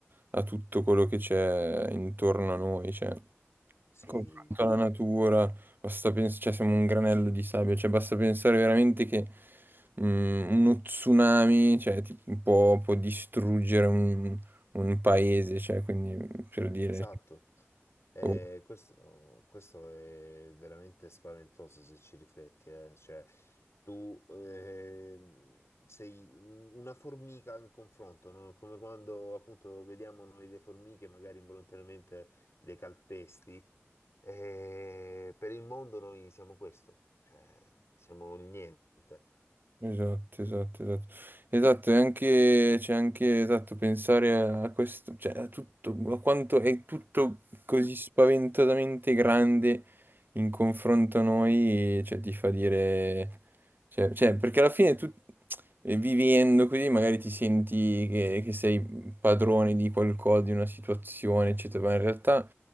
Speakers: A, on the right (about 45°); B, on the left (about 70°).
A: a tutto quello che c'è intorno a noi, cioè.
B: Sì.
A: confronto alla natura, basta pens- cioè siamo un granello di sabbia, cioè basta pensare veramente che mm, uno tsunami, cioè, ti- può, può distruggere un, un paese, cioè, quindi per dire...
B: Esatto,
A: cioè,
B: Eh,
A: boh.
B: questo, questo è veramente spaventoso se ci rifletti, eh. Cioè, tu eh, sei un- una formica in confronto, no? Come quando appunto vediamo noi le formiche, magari involontariamente le calpesti. Eh, per il mondo noi siamo questo, cioè siamo il niente.
A: Esatto, esatto, esatto. Esatto, e anche, c'è anche, esatto, pensare a a questo, cioè a tutto, a quanto è tutto così spaventosamente grande in confronto a noi, cioè ti fa dire, cioè, cioè, perché alla fine tu eh, vivendo così magari ti senti che, che sei padrone di qualcosa, di una situazione, eccetera, ma in realtà